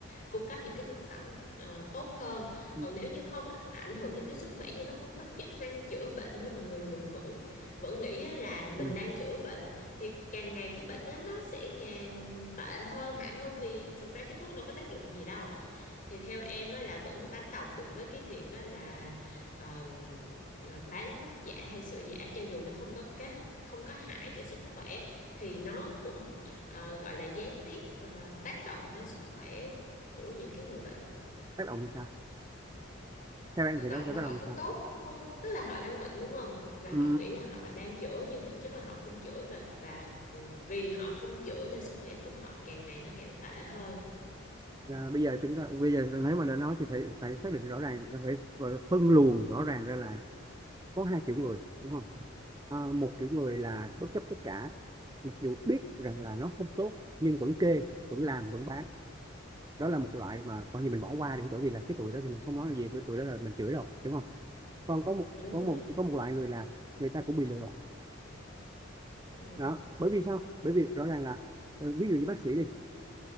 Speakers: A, on the left; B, on the right.
A: cung cấp những cái thực phẩm ờ, tốt hơn
B: ừ.
A: còn nếu như không ảnh hưởng gì tới sức khỏe như nó không có chức năng chữa bệnh nhưng mà người dùng vẫn vẫn nghĩ á là mình
B: ừ.
A: đang chữa bệnh thì càng ngày cái bệnh đó nó sẽ càng tệ hơn hại hơn vì thực ra cái thuốc đâu có tác dụng gì đâu thì theo em á, là vẫn đánh đồng được với cái việc á, là ờ, ờ, bán thuốc giả hay sữa giả cho dù nó không có cái không có hại cho sức khỏe thì nó cũng ờ, gọi là gián tiếp ờ, tác động đến sức khỏe của những cái người bệnh
B: tác động làm sao theo em
A: tác
B: thì
A: động
B: nó sẽ
A: là
B: tác
A: họ
B: động
A: không
B: làm sao
A: tốt không tức là họ đang bệnh đúng không và
B: ừ.
A: họ nghĩ là họ đang chữa nhưng thực chất là họ không chữa và và ừ, vì họ không chữa nên sức khỏe của họ càng ngày nó càng tệ hơn
B: À, bây giờ chúng ta bây giờ nếu mà đã nói thì phải phải xác định rõ ràng và phải và phân luồng rõ ràng ra là có hai kiểu người đúng không? À, một kiểu người là bất chấp tất cả mặc dù biết rằng là nó không tốt nhưng vẫn kê vẫn làm vẫn bán đó là một loại mà coi như mình bỏ qua đi bởi vì là cái tuổi đó thì mình không nói gì bởi tuổi đó là mình chửi rồi đúng không? Còn có một
A: đúng
B: có
A: rồi
B: một có một loại người là người ta cũng bị lừa
A: ừ
B: đó bởi vì sao? Bởi vì rõ ràng là ờ, ví dụ như bác sĩ đi